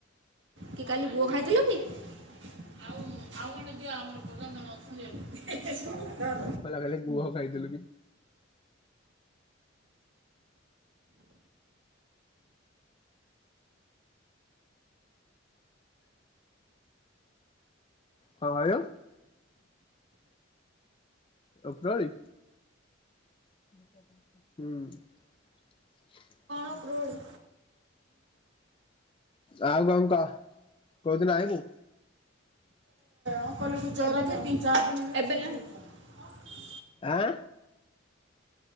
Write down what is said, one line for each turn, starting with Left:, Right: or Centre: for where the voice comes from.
Right: କି କାଲି ଗୁଅ ଖାଇଥିଲ ବି ଆଉ ଆଉ କଣେ ଦଅ ଆମର ପଚାର ଜଣ ଅଛନ୍ତି
Left: କଲା ଖାଲି ଗୁହ ଖାଇଥିଲୁ କି କଣ ଆଉ ଅଗରଳଳି ହୁଁ
Right: ଅଖୋଡ଼୍
Left: ଆଉ କଁ କା କୋଉଦିନ ଆଇିବୁ
Right: କ ଗ ତତିନ ଚାର ଦିନବେ
Left: ଆଁ